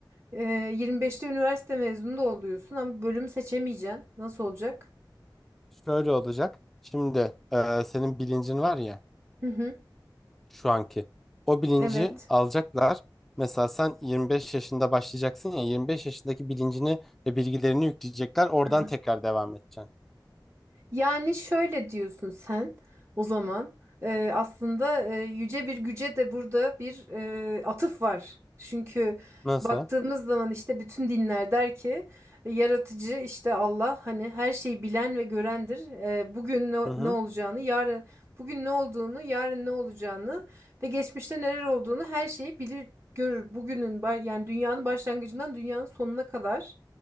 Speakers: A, on the right; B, in the centre.
A: E, 25'te üniversite mezunu da oluyorsun ama bölüm seçemeyeceksin. Nasıl olacak?
B: Şöyle olacak. Şimdi e, senin bilincin var ya.
A: Hı hı,
B: Şu anki. O bilinci
A: evet.
B: alacaklar. Mesela sen 25 yaşında başlayacaksın ya 25 yaşındaki bilincini ve bilgilerini yükleyecekler. Oradan
A: <clears throat>
B: tekrar devam edeceksin.
A: Yani şöyle diyorsun sen o zaman Eee, aslında eee, yüce bir güce de burada bir eee, atıf var. Çünkü
B: Nasıl?
A: baktığımız zaman işte bütün dinler der ki e, yaratıcı işte Allah hani her şeyi bilen ve görendir. Eee, bugün ne,
B: Hı hı.
A: ne olacağını yarın bugün ne olduğunu yarın ne olacağını ve geçmişte neler olduğunu her şeyi bilir görür. Bugünün ba- yani dünyanın başlangıcından dünyanın sonuna kadar